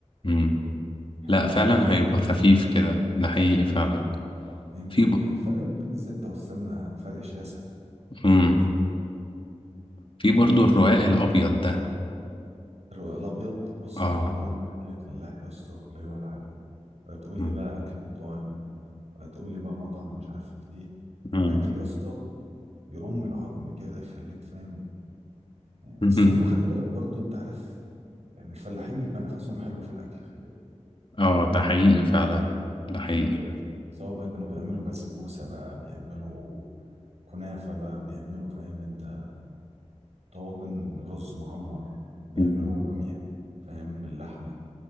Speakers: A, on the left; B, on the right.
A: أمم.
B: هيبقى
A: لا فعلا
B: حلو
A: هيبقى
B: وخفيف
A: خفيف كده ده حقيقي فعلا
B: اه يمكن
A: في ب...
B: الفرق ما بين الزبدة والسمنة فرق شاسع
A: مم. في برضو
B: يعني انت بتحب
A: الرواق
B: الفترس
A: الأبيض ده
B: الرق الابيض بص
A: اه
B: هو عموما اكل الفلاح يا اسطى لا يعلى عليه ولا تقول
A: مم.
B: لي بقى اكل مطاعم ولا تقول لي بقى مطعم مش عارفة ايه
A: مم.
B: اكل يا اسطى يرم العظم كده يخليك فاهم يعني
A: <laughs>
B: بس هم خلي بالك برضو انت عارف يعني الفلاحين بيبقى نفسهم حلو في الاكل خلي بالك
A: اه ده حقيقي فعلا ده حقيقي
B: سواء بقى كانوا بيعملوا بسبوسة بقى بيعملوا كنافة بقى بيعملوا فاهم انت طاجن رز معمر بيعملوا
A: مم.
B: بامية فاهم باللحمة